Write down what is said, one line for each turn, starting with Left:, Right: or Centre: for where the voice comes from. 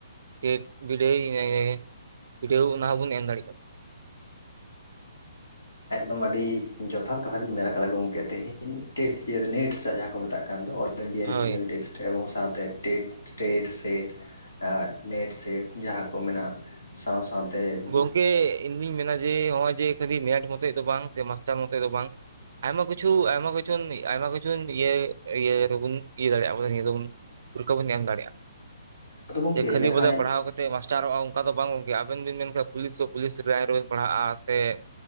Right: ᱴᱮᱴ ᱵᱤᱰᱟᱹᱣ <unintelligible> ᱵᱤᱰᱳᱣ ᱚᱱᱟ ᱦᱚᱸᱵᱚᱱ ᱮᱢ ᱫᱟᱲᱮᱭᱟᱜ ᱠᱟᱱᱟ ᱾
Left: ᱮᱠᱫᱚᱢ ᱟᱹᱰᱤ ᱡᱚᱛᱷᱟᱛ ᱠᱟᱛᱷᱟ ᱵᱤᱱ ᱢᱮᱱ ᱠᱟᱫᱟ ᱜᱚᱢᱠᱮ ᱛᱮᱦᱮᱧ ᱾ ᱴᱮᱴ ᱱᱮᱴ ᱡᱟᱦᱟᱸ ᱠᱚ ᱢᱮᱛᱟᱜ ᱠᱟᱱ ᱫᱚ ᱚᱞ ᱤᱱᱰᱤᱭᱟ ᱮᱞᱤᱡᱤᱵᱮᱞ
Right: ᱦᱳᱭ
Left: ᱴᱮᱥᱴ ᱮᱵᱚᱝ ᱥᱟᱶ ᱛᱮ TET. TET SET NET SET ᱡᱟᱸᱦᱟᱸ ᱠᱚ ᱢᱮᱱᱟᱜ ᱾ ᱥᱟᱶ ᱥᱟᱶ ᱛᱮ ᱾
Right: ᱜᱚᱝᱠᱮ ᱤᱧᱦᱩᱧ ᱢᱮᱱᱟ ᱡᱮ ᱱᱚᱜ ᱚᱭ ᱡᱮ ᱠᱷᱟᱹᱞᱤ ᱱᱮᱴ ᱢᱚᱛᱚᱡ ᱫᱚ ᱵᱟᱝ ᱥᱮ ᱢᱟᱥᱴᱟᱨ ᱢᱚᱛᱚᱡ ᱫᱚ ᱵᱟᱝ ᱾ ᱟᱭᱢᱟ ᱠᱤᱪᱷᱩ ᱟᱭᱢᱟ ᱠᱤᱪᱷᱩ ᱟᱭᱢᱟ ᱠᱤᱪᱷᱩᱱ ᱤᱭᱟᱹ ᱤᱭᱟᱹ ᱨᱮᱵᱚᱱ ᱤᱭᱟᱹ ᱫᱟᱲᱮᱭᱟᱜᱵᱚᱱ ᱱᱤᱭᱟᱹ ᱫᱚᱵᱚᱱ ᱾ ᱯᱷᱩᱞᱠᱟ ᱵᱚᱱ ᱮᱢ ᱫᱟᱲᱮᱭᱟᱜᱼᱟ ᱾
Left: ᱟᱫᱚ ᱜᱚᱢᱠᱮ
Right: ᱡᱮ ᱠᱷᱟᱹᱞᱤ
Left: ᱡᱟᱦᱟᱸᱭ
Right: ᱵᱚᱞᱮ ᱯᱟᱲᱦᱟᱣ ᱠᱟᱛᱮᱜ ᱢᱟᱥᱴᱟᱨᱚᱜᱼᱟ ᱚᱱᱠᱟ ᱫᱚ ᱵᱟᱝ ᱜᱚᱢᱠᱮ ᱟᱵᱮᱱ ᱵᱮᱱ ᱢᱮᱱ ᱾ ᱯᱩᱞᱤᱥ ᱦᱚᱸ ᱯᱩᱞᱤᱥ ᱞᱟᱭᱤᱱ ᱨᱮᱵᱤᱱ ᱯᱟᱲᱦᱟᱜᱼᱟ ᱥᱮ ᱾